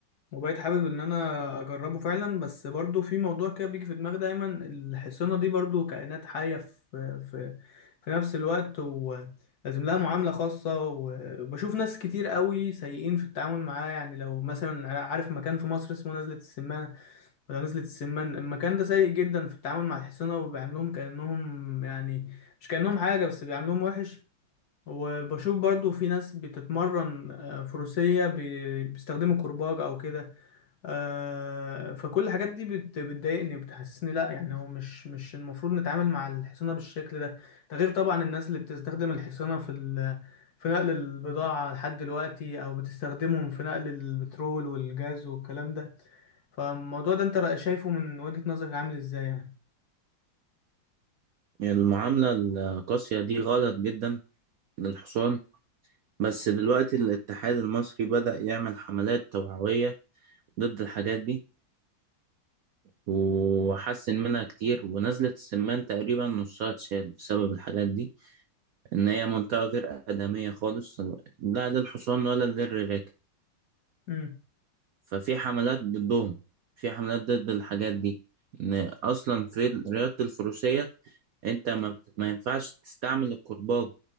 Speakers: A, on the left; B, on the right.
A: وبقيت حابب ان انا اجربه فعلا بس برضو في موضوع كده بيجي في دماغي دايما الحصانه دي برضو كائنات حيه في في في نفس الوقت ولازم لها معامله خاصه وبشوف ناس كتير قوي سيئين في التعامل معاه يعني لو مثلا عارف مكان في مصر اسمه نزلة السمانه ولا نزلة السمان المكان ده سيء جدا في التعامل مع الحصانه وبيعاملوهم كانهم يعني مش كانهم حاجه بس بيعاملوهم وحش وبشوف برضو في ناس بتتمرن آه، فروسيه بي- بيستخدموا كرباج او كده آه، فكل الحاجات دي بت- بتضايقني بتحسسني لا يعني هو مش مش المفروض نتعامل مع الحصانة بالشكل ده ده غير طبعا الناس اللي بتستخدم الحصانة في ال- في نقل البضاعة لحد دلوقتي او بتستخدمهم في نقل البترول والجاز والكلام ده فالموضوع ده انت بقى شايفه من وجهة نظرك عامل ازاي يعني
B: يعني المعاملة القاسية دي غلط جدا للحصان بس دلوقتي الاتحاد المصري بدأ يعمل حملات توعوية ضد الحاجات دي وحسن منها كتير ونزلة السمان تقريبا نصها اتشال بسبب الحاجات دي إن هي منطقة غير آدمية خالص لا للحصان ولا للركاب
A: امم
B: ففي حملات ضدهم في حملات ضد الحاجات دي ان اصلا في رياضة الفروسية انت ما, بت- ما ينفعش تستعمل الكرباج